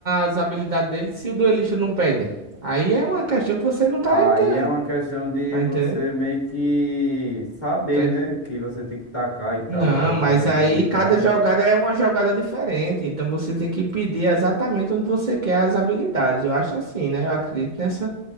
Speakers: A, on the right; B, on the left.
A: as habilidades dele se o duelista não pede? Aí é uma questão que você não tá
B: Aí
A: entendendo.
B: é uma questão de
A: Tá entendendo?
B: você meio que saber,
A: Tá entendendo?
B: né? Que você tem que tacar e tal,
A: Não,
B: o cara tá
A: mas
B: perto
A: aí
B: de entrar.
A: cada jogada é uma jogada diferente. Então você tem que pedir exatamente onde você quer as habilidades. Eu acho assim, né? Eu acredito nessa,